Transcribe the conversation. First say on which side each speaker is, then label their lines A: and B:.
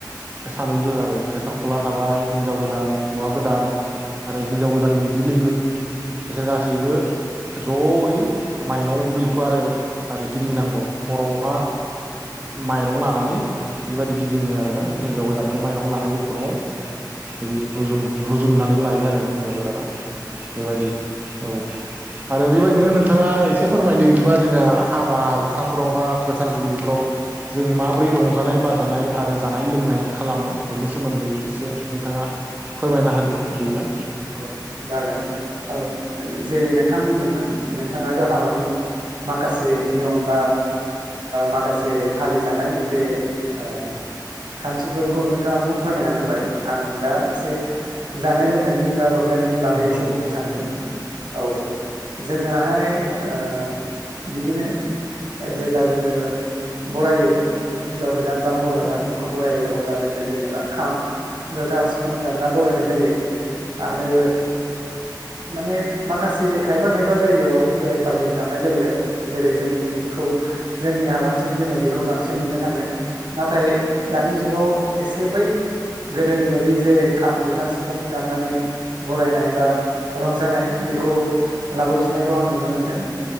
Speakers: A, on the right; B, on the right.
A: सानैबो आरो मेसरखला थाबाय हिनजाव गोदान हौवा गोदान आरो हिनजाव गोदाननि बि लोगो बिसोर गासैबो ज'यै माइनाव बुरैखौ आरो आरो गिदिंनांगौ । खर'आवहा माइरं लानानै बेबायदि गिदिङो आरोना । हिन्जाव गोदानखौ माइरं लाहैयो खर'आव बै रुजुन रुजुननानै लायो आरो । हिनजाव गोदाना बेबायदि औ आरो बेबायदिनो नों नोंथाङा एसे फोरमायदो बिदिबा जोङो हाबा हुखा फोरावहा गोथार जुलिफोराव जों माबोरै रंजानाय बा जानाय आरो जानाय लोंनाय खालामो बेनि सोमोन्दै एसे नोंथाङा फोरमायना होदो बिदिब्ला
B: औ जागोन औ जेरै नोंथां बुंदोंमोन नोंथाङाथ' हाबानि माखासे नियम बा माखासे ओ फालिजानाय जे ओ खान्थिफोरखौ नोंथाङा फोरमायना होबाय आं दा एसे जानाय लोंनाय बिबार <unintelligible> जानायनि बागै
A: नंगौ
B: एसे बुंनो सानदों औ जोंनाहाय ओ बिदिनो जेब्ला जोङो बरायो हिनजाव गोदान बा हौवा गोदानखौ बरायो अब्ला जोङो जेनेबा खाम जथा सिफुं दामना बरायनाय जायो आरो माने माखासे खायफा खायफा जायगायाव बेमफाथि दामनाय जायो आरो जेरै जोंनिथिंखौ जोंनि हालामथिं जोङो बेखौ बांसिन नुनो थाङो नाथाय दानि जुगाव एसे बै गोदोनि बायदि जे खाम जथा सिफुं दामनाय नानै बरायनाय बा रंजानाय बेखौ लाबोफिननायखौ आं नुनो मोनदों